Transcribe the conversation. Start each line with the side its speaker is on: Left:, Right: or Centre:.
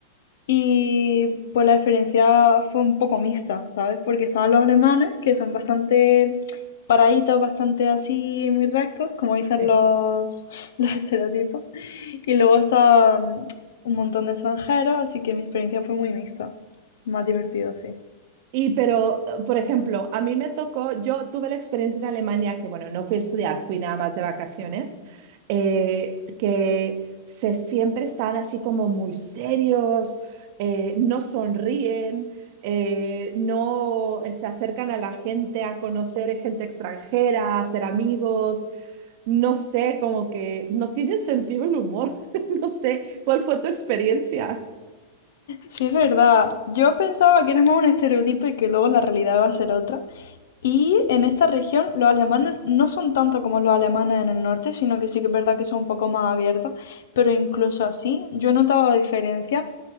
Left: Y pues la experiencia fue un poco mixta, ¿sabes? Porque estaban los alemanes, que son bastante paraditos, bastante así, muy rectos, como dicen
Right: Sí.
Left: los, <laughs> los estereotipos. Y luego está mm, un montón de extranjeros, así que mi experiencia fue muy mixta. Más divertido, sí.
Right: Y pero, eh, por ejemplo, a mí me tocó, yo tuve la experiencia en Alemania, que bueno, no fui a estudiar, fui nada más de vacaciones, eh, que se siempre están así como muy serios, eh, no sonríen, eh, no eh, se acercan a la gente a conocer eh, gente extranjera, a ser amigos, no sé, como que no tienen sentido el humor, <laughs> no sé, ¿cuál fue tu experiencia?
Left: Sí, es verdad. Yo pensaba que era más un estereotipo y que luego la realidad iba a ser otra. Y en esta región los alemanes no son tanto como los alemanes en el norte, sino que sí que es verdad que son un poco más abiertos, pero incluso así yo he notado la diferencia